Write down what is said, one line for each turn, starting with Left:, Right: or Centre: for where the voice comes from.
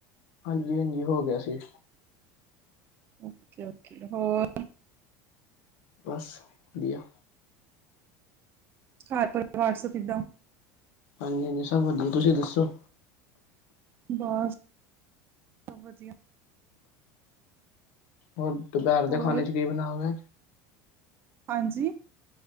Left: ਹਾਂਜੀ ਹਾਂਜੀ, ਹੋ ਗਿਆ ਸੀ।
Right: ਓਕੇ ਓਕੇ, ਹੋਰ
Left: ਬਸ, ਵਧੀਆ।
Right: ਕਰ ਪਰਿਵਾਰ ਸ ਕਿੱਦਾਂ?
Left: ਹਾਂਜੀ ਹਾਂਜੀ ਸਭ ਵਧੀਆ, ਤੁਸੀਂ ਦੱਸੋ?
Right: ਬਸ, ਸਬ ਵਧੀਆ।
Left: ਹੋਰ, ਦੁਪਹਿਰ ਦੇ
Right: ਹੋਰ
Left: ਖਾਣੇ 'ਚ ਕੀ ਬਣਾਓਗੇਂ?
Right: ਹਾਂਜੀ?